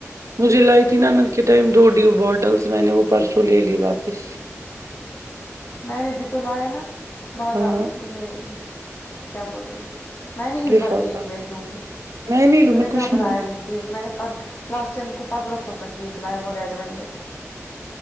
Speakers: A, on the right; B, on the left.
A: مجھے لائتیین انند کے ٹائم دو ڈیو بوٹلس میں نے وہ پرسوں لے لی واپس
B: میں نے بھی تو لایا نا بدا
A: ہاں
B: یہ کیا بولتے اس کو میں نے اس
A: لفافہ
B: بار کی ایک وھ لوں گی
A: میں نہیں لوں
B: انہوں
A: میں
B: نے
A: کچھ
B: کہ بلایا
A: نہیں لاؤں
B: ہے
A: گی
B: کہ کیک میں نے لاسٹائم کو پندرہ سو کا کیک لایا وہ ریڈ ویل ویٹ